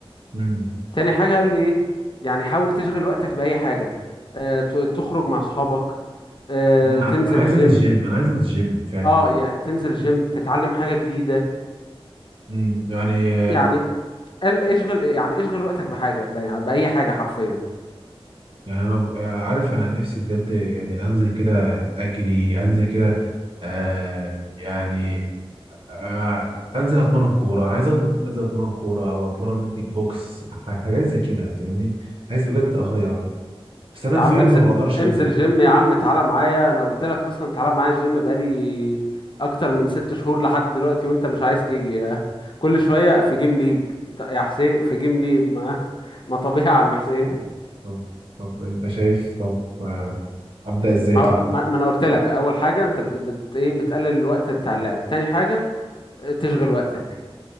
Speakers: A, on the right; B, on the left.
A: مم.
B: تاني حاجة قال لي ايه يعني حاول تشغل وقتك بأي حاجة اه ت- تخرج مع صحابك اه
A: انا
B: تنزل
A: عايز
B: الجيم
A: انزل الجيم انا عايز انزل الجيم فعلا
B: اه يعني تنزل الجيم تتعلم حاجة جديدة
A: امم يعني آه،
B: يعني اشغل يعني اشغل وقتك بحاجه ب- يعني باي حاجه حرفيا
A: يعني انا ب- آه، عارف انا نفسي بجد يعني انزل كده اجري انزل كده آه يعني آه انزل اتمرن كوره انا عايز أد- انزل اتمرن كوره او اتمرن كيك بوكس ح- حاجات زي كده فاهمني عايز بجد اغير بس انا
B: يا
A: فعلا
B: عم انزل
A: ما بقدرش
B: انزل
A: انزل
B: جيم يا عم تعالى معايا انا قلت لك اصلا تعالى معايا الجيم بقالي اكتر من ست شهور لحد دلوقتي وانت مش عايز تيجي يا <laughs> كل شويه في جيم ليج ط- يا حسين في جيم ليج ما <laughs> ما طبيعي يا عم حسين
A: طب طب انت شايف طب آه، ابدا ازاي
B: ما
A: طب
B: هو- ما ما انا قلت لك اول حاجه انت بت, بت ايه بتقلل الوقت بتاع اللعب تاني حاجه اه، تشغل وقتك